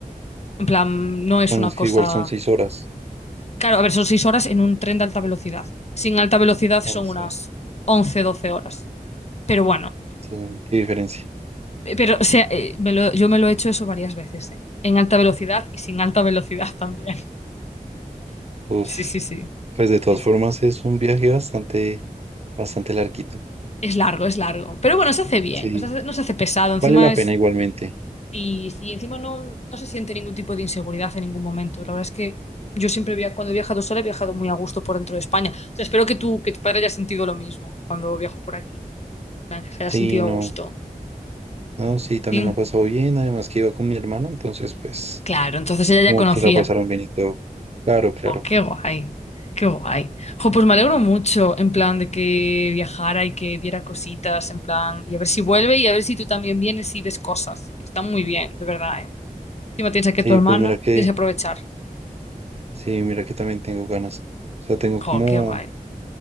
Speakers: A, on the left; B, on the right.
A: En plan, no es
B: Bueno,
A: una
B: es
A: cosa...
B: que igual son seis horas.
A: Claro, a ver, son seis horas en un tren de alta velocidad. Sin alta velocidad son
B: No sé,
A: unas 11, 12 horas. Pero bueno,
B: sí, qué diferencia.
A: Eh, Pero, o sea, eh, me lo- yo me lo he hecho eso varias veces, ¿eh? En alta velocidad y sin alta velocidad también. <laughs>
B: Uf,
A: Sí, sí, sí.
B: pues de todas
A: Sí, sí.
B: formas es un viaje bastante, bastante larguito.
A: Es largo, es largo. Pero bueno, se hace bien.
B: Sí,
A: O sea, se- no se hace pesado. Encima
B: vale la
A: es.
B: pena igualmente.
A: Y, y encima no, no se siente ningún tipo de inseguridad en ningún momento. La verdad es que yo siempre via- cuando he viajado sola he viajado muy a gusto por dentro de España. O sea, espero que tú, que tu padre haya sentido lo mismo cuando viajo por aquí. En plan, que se haya
B: Sí,
A: sentido
B: no,
A: a gusto.
B: no, sí, también
A: Sí.
B: la pasó bien. Además que iba con mi hermana, entonces pues
A: Claro, entonces ella
B: como
A: ya conocía.
B: que la pasaron bien y todo. Claro, claro.
A: Jo, qué guay, qué guay. Jo, pues me alegro mucho, en plan, de que viajara y que viera cositas, en plan, y a ver si vuelve y a ver si tú también vienes y ves cosas, que están muy bien, de verdad, ¿eh? Encima tienes aquí
B: Sí,
A: a tu hermana,
B: pues mira que,
A: tienes que aprovechar.
B: sí, mira que también tengo ganas. O sea, tengo como
A: Jo, qué guay.